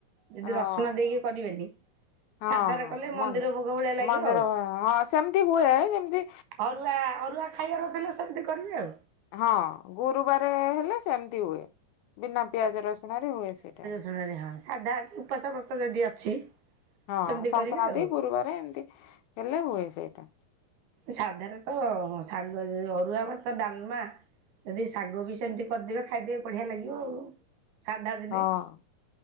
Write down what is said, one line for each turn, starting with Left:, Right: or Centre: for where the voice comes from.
Right: ଯଦି
Left: ହଁ
Right: ରସୁଣ ଦେଇକି କରିବେନି
Left: ହଁ
Right: ସାଧାରେ
Left: ହଁ
Right: କଲେ ମନ୍ଦିର
Left: ମନେ,
Right: ଭୋଗ ଭଳିଆ ଲାଗିବ
Left: ମନ୍ଦିର
Right: ଆଉ।
Left: ହଁ ସେମିତି ହୁଏ ଯେମତି
Right: ଅରୁଆ ଅରୁଆ ଖାଇବାର ଥିଲେ ସେମିତି କରିବେ ଆଉ।
Left: ହଁ ଗୁରୁବାରେ ହେଲେ ସେମିତି ହୁଏ। ବିନା ପିଆଜ ରସୁଣ ରେ ହୁଏ ସେଇଟା।
Right: ଗୁରୁବାରେ ହଁ, ସାଧା କି ଉପାସ ବ୍ରତ ଯଦି ଅଛି
Left: ହଁ
Right: ସେମିତି
Left: ସଂକ୍ରାନ୍ତି
Right: କରିବେ ଆଉ।
Left: ଗୁରୁବାରେ ଏମତି ହେଲେ ହୁଏ ସେଇଟା।
Right: ସାଧାରେ ତ ଶାଗ ଅରୁଆ ଭାତ ଡାଲମା ଯଦି ଶାଗ ବି ସେମତି କରିଦେବେ ଖାଇଦେବେ ବଢିଆ ଲାଗିବ ଆଉ। ସାଧା ଦିନେ
Left: ହଁ